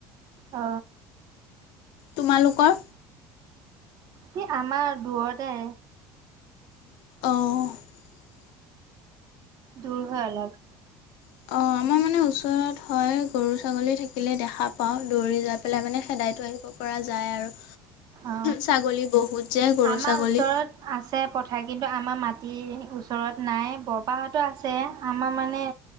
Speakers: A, on the right (about 55°); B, on the left (about 75°).
A: অ,
B: তোমালোকৰ?
A: সেই আমাৰ দূৰতে।
B: অহ ',
A: দূৰ হয় অলপ।
B: অ, আমাৰ মানে মানে ওচৰত হয় গৰু ছাগলী থাকিলে দেখা পাও দৌৰি যাই পেলাই মানে সেদাইতো আহিব পৰা যায়। তাই আৰু
A: অ,
B: ছাগলী বহুত যে গৰু
A: আমাৰ
B: ছাগলী।
A: ওচৰত আছে পথাৰ কিন্তু আমাৰ ম তি ওচৰত নাই বৰপাহতো আছে আমাৰ মানে।